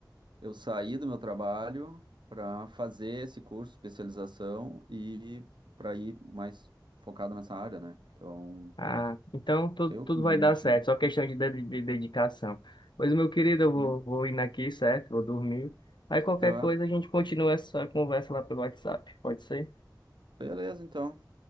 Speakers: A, on the right; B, on the left.
A: eu saí do meu trabalho para fazer esse curso especialização e para ir mais focado nessa área, né? Então,
B: Ah, então tudo,
A: eu
B: tudo
A: que me
B: vai
A: demiti.
B: dar certo, só questão de, de, de dedicação. Pois, meu querido, eu vou,
A: Sim.
B: vou indo aqui, certo? Vou dormir. Aí qualquer
A: Tá,
B: coisa a gente continua essa conversa lá pelo WhatsApp, pode ser?
A: beleza, então.